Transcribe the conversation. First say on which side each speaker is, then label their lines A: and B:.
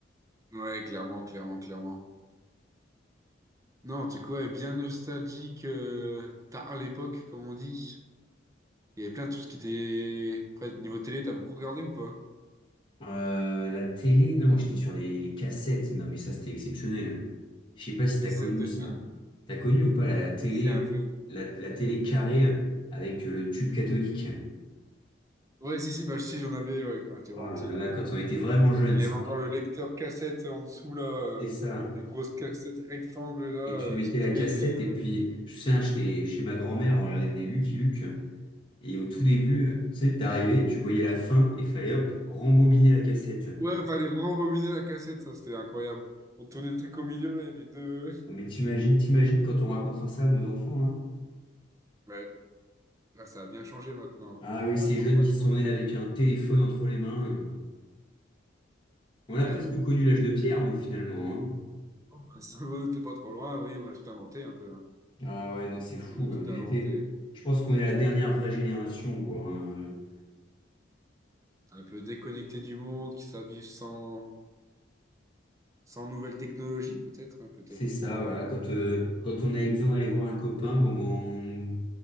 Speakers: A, on the right; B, on the left.
A: Ouais, clairement, clairement, clairement. Non, un truc, ouais, bien nostalgique, euh, tard l'époque, comme on dit. Il y avait plein de tout ce qui était... Après, niveau télé, t'as beaucoup regardé ou pas?
B: Euh, la télé, non, moi
A: Pas
B: j'étais sur
A: trop.
B: les, les cassettes. Non, mais ça c'était exceptionnel. Je sais pas si t'as
A: Les sets
B: connu
A: de
B: ça.
A: films?
B: T'as connu ou pas la télé,
A: Si, si, un
B: le-
A: peu.
B: la, la télé carrée avec euh, le tube cathodique?
A: Ouais, si, si, bah si, j'en avais, ouais, quand j'étais vraiment
B: Oh là
A: petit.
B: là, quand on était vraiment jeune,
A: Il
B: ça,
A: y avait encore le lecteur cassette en dessous, là. euh,
B: c'était ça.
A: les grosses cassettes rectangles, là, euh,
B: Et tu mettais
A: sur tous
B: la cassette
A: les films.
B: et puis, je sais, hein, j'étais chez ma grand-mère, on regardait des Lucky Luke. Et au tout début, tu sais, t'arrivais, tu voyais la fin et fallait hop, rembobiner la cassette.
A: Ouais, fallait rembobiner la cassette, ça, c'était incroyable. On tournait le truc au milieu, là, il y avait deux...
B: Bon, Mais t'imagines, t'imagines quand on racontera ça à nos enfants, hein.
A: Ouais, là, ça a bien changé, maintenant.
B: Ah oui, ces
A: Attends,
B: jeunes
A: on a
B: qui
A: tout...
B: sont nés avec un téléphone entre les mains. euh. On a
A: Ouais.
B: presque connu l'âge de pierre, nous, finalement. hein.
A: <laughs> Ça va, t'es <laughs> pas trop loin, oui, on a tout inventé, un peu. hein.
B: Ah ouais, non, c'est fou.
A: On a tout
B: euh. On était...
A: inventé.
B: Je pense qu'on est la dernière vraie génération, quoi. hein. Euh,
A: Un peu déconnecté du monde, qui s'habille sans... sans nouvelles technologies, peut-être, hein, peut-être.
B: C'est ça,
A: hein.
B: voilà. Quand, euh, quand on avait besoin d'aller voir un copain, bon, bon, on...